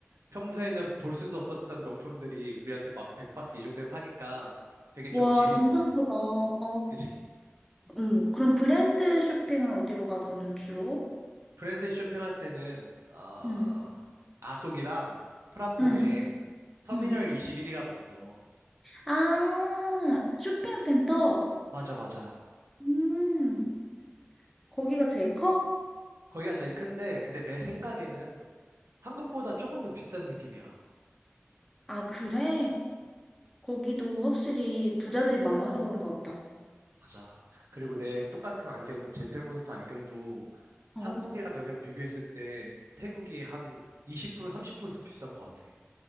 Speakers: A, on the right (about 85°); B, in the centre.
A: 평소에는 볼 수도 없었던 명품들이 우리한테 막 100바트 이 정도에 파니까 되게 좀
B: 와,
A: 재밌어.
B: 진짜 싸다. 어,
A: 그지?
B: 응. 그럼 브랜드 쇼핑은 어디로 가, 너는 주로?
A: 브랜드 쇼핑할 때는 아
B: 응,
A: 아속이랑 프람퐁에
B: 응,
A: 터미널
B: 응.
A: 21이라고 있어.
B: 아, 쇼핑센터?
A: 맞아, 맞아.
B: 음, 거기가 제일 커?
A: 거기가 제일 큰데 근데 내 생각에는 한국보다 조금 더 비싼 느낌이야.
B: 아, 그래? 거기도 확실히 부자들이 많아서 그런가 보다.
A: 맞아. 그리고 내 똑같은 안경, 젠틀몬스터 안경도
B: 어.
A: 한국이랑 여기랑 비교했을 때 태국이 한 20% 30%더 비싼 것 같아. 음.